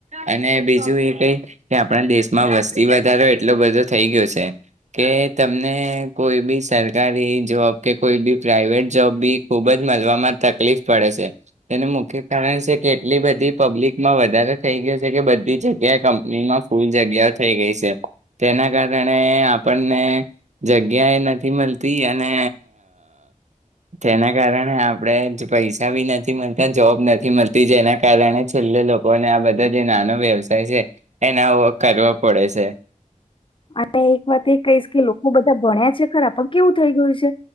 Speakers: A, on the right; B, on the left.
A: અને બીજું એ કઈ કે આપણા દેશમાં વસ્તી વધારો એટલો બધો થઈ ગયો છે કે તમને કોઈ બી સરકારી જોબ કે કોઈ બી પ્રાઈઇવેટ જોબ બી ખૂબ જ મળવામાં તકલીફ પડે છે. તેનું મુખ્ય કારણ છે કે એટલી બધી પબ્લિકમાં વધારેો થઈ ગયો છે કે, બધી જગ્યાએ કંપનીમાં ફૂલ જગ્યાઓ થઈ ગઈ છે તેના કારણે આપણને જગ્યા એ નથી મળતી અને તેના કારણે આપણે પૈસા ભી નથી મળતા, જોબ નથી મળતી, જેના કારણે છેલ્લે લોકોને આ બધા જે નાનો વ્યવસાય છે, એનાવો કરવો પડે છે.
B: અને એક વાત એ કહીશ કે, લોકો બધા ભણ્યા છે ખરા પણ કેવું થઈ ગયું છે